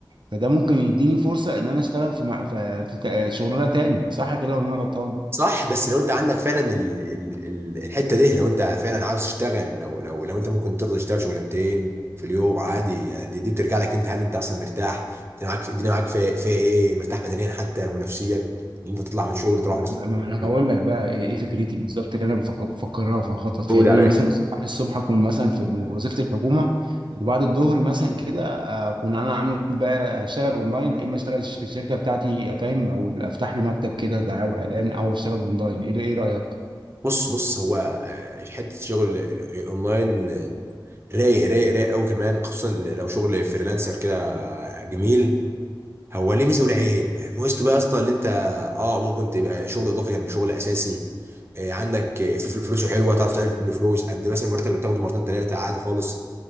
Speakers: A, on the right (about 65°); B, on the right (about 30°).
A: فده ممكن يديني فرصه ان انا اشتغل في مع... في, في... تا- شغلانه تاني صح كده ولا انا غلطان
B: صح بس لو انت عندك فعلا ال ال ال الحته دي لو انت فعلا عاوز تشتغل لو لو لو انت ممكن ترضى تشتغل شغلانتين في اليوم عادي يعني دي, دي بترجع لك انت هل انت اصلا مرتاح انت معاك في الدنيا معاك في في ايه مرتاح بدنيا حتى ونفسيا ان انت تطلع من الشغل تروح مثلا
A: ما ما
B: <laughs>
A: انا هقول لك بقى ايه إيه فكرتي بالظبط اللي انا بفكر بفكرها في خطط فيها
B: تقول
A: ان
B: يا
A: انا
B: باشا
A: مثلا الصبح الصبح اكون مثلا في وظيفه الحكومه وبعد الظهر مثلا كده اكون انا عامل بقى اشتغل اونلاين يا اما اشتغل في الشركه بتاعتي فاهم او افتح لي مكتب كده دعاوى اعلان او اشتغل اونلاين ايه ايه رايك
B: بص بص هو آه، حته شغل آه، اونلاين آه، رايق رايق رايق قوي كمان خصوصا لو شغل فريلانسر كده آه، جميل هو ليه ميزه وليه عيب ميزته بقى يا اسطى اللي انت اه ممكن تبقى شغل اضافي جنب شغل اساسي آه، عندك آه، في فل- فلوسه حلوه تعرف تعمل منه فلوس قد إيه مثلا المرتب اللي بتاخده مرتين ثلاثه عادي خالص